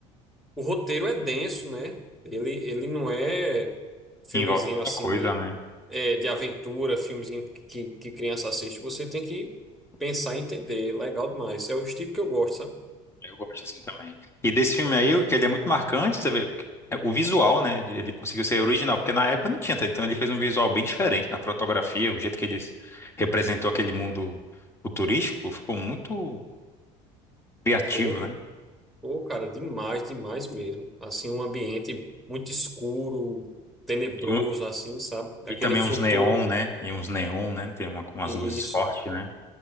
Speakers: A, in the centre; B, on the left.
A: o roteiro é denso, né? Ele, ele não é. filmezinho
B: Envolve muita
A: assim
B: coisa,
A: de,
B: né?
A: é, de aventura, filmezinho que, que criança assiste, você tem que pensar e entender. Legal demais. É o estilo que eu gosto, sabe?
B: Eu gosto assim também. E desse filme aí, o que ele é muito marcante, você vê, porque é o visual, né? Ele conseguiu ser original, porque na época não tinha, tá? então ele fez um visual bem diferente na fotografia, o jeito que ele representou aquele mundo futurístico, ficou muito criativo,
A: Pô,
B: né?
A: pô, cara, demais, demais mesmo. Assim, um ambiente muito escuro, tenebroso,
B: E, um-
A: assim, sabe?
B: e
A: Aquele
B: também
A: futuro.
B: uns neon, né? E uns neon, né? Tem uma- umas
A: Isso.
B: luzes fortes, né?